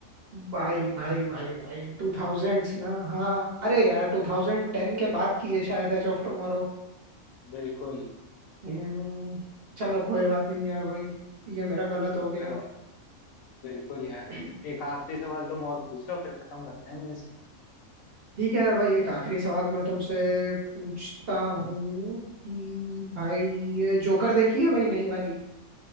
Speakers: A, on the right; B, on the left.
A: भाई भाई भाई भाई टू थाउजेंड्स ना हाँ अरे यार टू थाउजेंड टेन के बाद की है शायद एज ऑफ टुमारो
B: बिल्कुल
A: हम्म चलो कोई बात नहीं यार भाई ये मेरा गलत हो गया
B: विवाद बिल्कुल यार
A: <clears throat>
B: एक आखिरी सवाल तुम और पूछ लो फिर खत्म करते हैं मिनिस्टर
A: ठीक है यार भाई एक आखिरी सवाल मैं तुमसे पूछता हूँ कि भाई ये जोकर देखी है भाई नई वाली